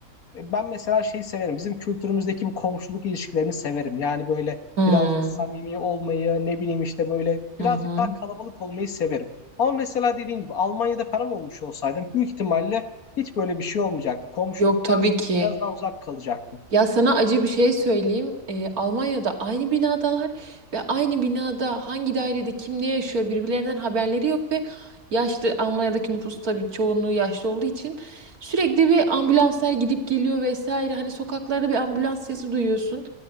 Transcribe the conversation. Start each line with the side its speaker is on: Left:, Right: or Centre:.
Left: e, Ben mesela şeyi severim. Bizim kültürümüzdeki bu komşuluk ilişkilerini severim. Yani böyle
Right: Hı hı.
Left: birazcık samimi olmayı, ne bileyim işte böyle
Right: Hı
Left: birazcık
Right: hı.
Left: daha kalabalık olmayı severim. Ama mesela dediğin gibi Almanya'da falan olmuş olsaydım büyük ihtimalle hiç böyle bir şey olmayacaktı. Komşuluktan
Right: Yok tabii ki.
Left: biraz daha uzak kalacaktım.
Right: Ya sana acı bir şey söyleyeyim. Ee, Almanya'da aynı binadalar ve aynı binada hangi dairede kim ne yaşıyor birbirlerinden haberleri yok ve yaşlı Almanya'daki nüfus tabii çoğunluğu yaşlı olduğu için sürekli bir ambulanslar gidip geliyor vesaire. Hani sokaklarda bir ambulans sesi duyuyorsun.